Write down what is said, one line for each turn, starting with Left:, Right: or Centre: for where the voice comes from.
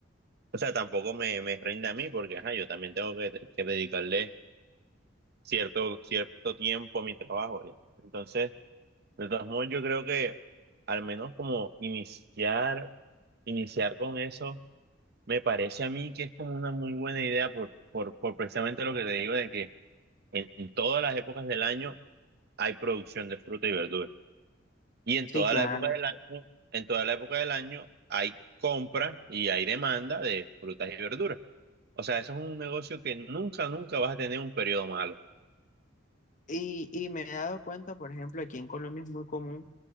Right: o sea, tampoco me, me rinde a mí, porque, ajá, yo también tengo que, que dedicarle cierto, cierto tiempo a mi trabajo, ya. Entonces... De todos modos, yo creo que al menos como iniciar, iniciar con eso, me parece a mí que es como una muy buena idea por, por, por precisamente lo que te digo de que en, en todas las épocas del año hay producción de fruta y verdura. Y en
Left: sí,
Right: toda
Left: claro.
Right: la época del año, en toda la época del año hay compra y hay demanda de frutas y verduras. O sea, eso es un negocio que nunca, nunca vas a tener un periodo malo.
Left: Y, y me he dado cuenta, por ejemplo, aquí en Colombia es muy común